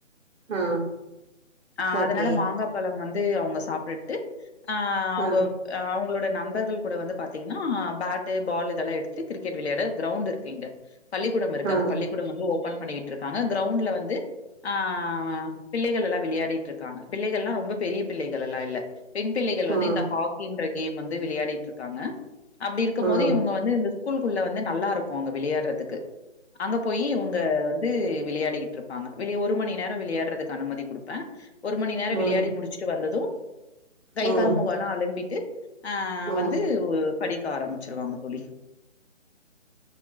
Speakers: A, on the right; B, on the left.
A: ஆ
B: அ
A: ஓகே
B: அதனால மாங்கா பழம் வந்து அவங்க சாப்ட்டுட்டு ஆ அவங்க
A: ஆ
B: அ அவங்களோட நண்பர்கள் கூட வந்து பாத்தீங்கன்னா பேட்டு பால் இதெல்லா எடுத்துட்டு கிரிக்கெட் விளையாட கிரௌண்ட் இருக்கு இங்க பள்ளிக்கூடம் இருக்கு
A: ஆ
B: அந்த பள்ளிக்கூடம் வந்து ஓபன் பண்ணிகிட்டு இருக்காங்க கிரௌண்ட்ல வந்து ஆ பிள்ளைகள் எல்லா விளையாடிட் இருக்காங்க பிள்ளைகள்னா ரொம்ப பெரிய பிள்ளைகள் எல்லா இல்ல பெண் பிள்ளைகள்
A: ஆ
B: வந்து
A: ஆ
B: இந்த ஹாக்கின்ற கேம் வந்து விளையாடிட்டு இருக்காங்க அப்டி இருக்கும்
A: ஆ ஆ
B: போது இவங்க வந்து இந்த ஸ்கூல்குள்ள வந்து நல்லா இருக்கு அங்க விளையாடுறதுக்கு அங்க போய் இவுங்க வந்து விளையாடிகிட் ருப்பாங்க வெளியே ஒரு மணி நேர விளையாடுறதுக்கு அனுமதி குடுப்பே ஒரு மணி நேர
A: ஆ
B: விளையாடி முடிச்சுட்டு வந்தது கை
A: ஆ
B: கால் முகொ எல்லா அலம்பிட்டு அ
A: ம்
B: வந்து பு படிக்க ஆரம்பிச்சிருவாங்க தோழி